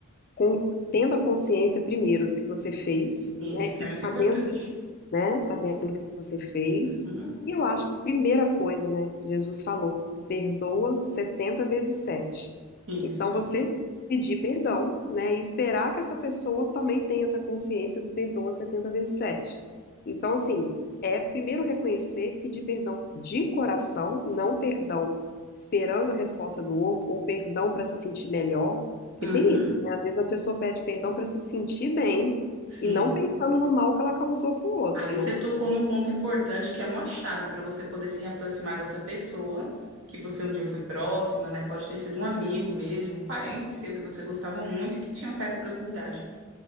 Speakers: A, on the left; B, on the right.
A: com- tendo a consciência primeiro do que você fez,
B: Isso
A: né?
B: que
A: E
B: é muito
A: sabendo
B: importante.
A: que, né? Sabendo que você fez.
B: Uhum.
A: E eu acho que a primeira coisa, né? Jesus falou, perdoa 70 vezes 7.
B: Isso.
A: Então você pedir perdão, né? E esperar que essa pessoa também tenha essa consciência do perdoa 70 vezes 7. Então, assim, é primeiro reconhecer, pedir perdão de coração, não perdão esperando a resposta do outro ou perdão para se sentir melhor. Porque
B: Uhum.
A: tem isso, né? Às vezes a pessoa pede perdão para se sentir bem
B: Sim.
A: e não pensando no mal que ela causou para o outro,
B: Aí você
A: né?
B: tocou num ponto importante que é uma chave para você poder se reaproximar dessa pessoa que você um dia foi próxima, né? Pode ter sido um amigo mesmo, um parente seu que você gostava muito e que tinha uma certa proximidade.